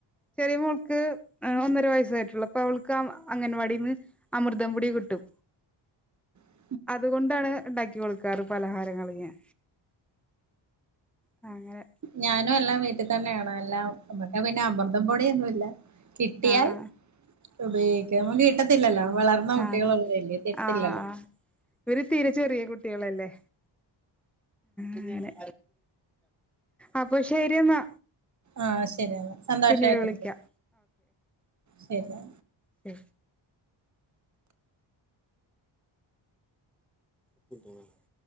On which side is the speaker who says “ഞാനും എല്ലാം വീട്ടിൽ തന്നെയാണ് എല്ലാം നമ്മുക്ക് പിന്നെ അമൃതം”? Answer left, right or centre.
Right